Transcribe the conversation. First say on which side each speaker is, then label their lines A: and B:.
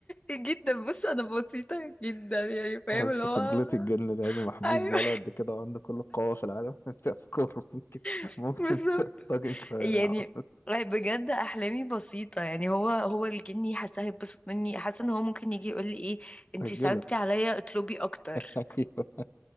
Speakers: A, on the left; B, on the left.
A: جدا بص انا بسيطة جدا يعني فاهم
B: حاسة
A: اللي هو
B: تجلتي الجن العيني محبوس
A: ايوه
B: بقى قد كده وعنده كل القوة في العالم <laughs> تفكر ممكن
A: <laughs>
B: ممكن
A: بالظبط
B: ت- طاجن كوارع
A: يعني آه، بجد احلامي بسيطه يعني هو هو الجني حاسه هيتبسط مني حاسه ان هو ممكن يجي يقول لي ايه انتي
B: <laughs> تجلط
A: صعبتي عليا اطلبي اكتر
B: ايوه